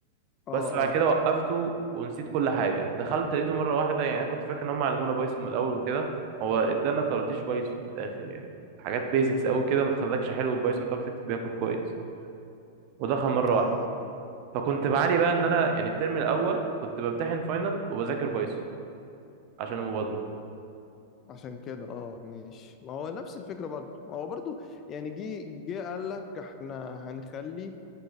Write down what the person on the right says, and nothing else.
بس بعد كده
وقفته ونسيت كل حاجه دخلت لقيته مره واحده يعني انا كنت فاكر ان هم علمونا بايثون من الاول وكده هو ادانا طراطيش بايثون من الاخر يعني حاجات بيزكس قوي كده ما تخلكش حلو بايثون تعرف تكتب بيها كود كويس ودخل مره
واحده فكنت بعاني بقى ان انا يعني الترم الاول كنت بمتحن فاينل وبذاكر بايثون عشان المبادره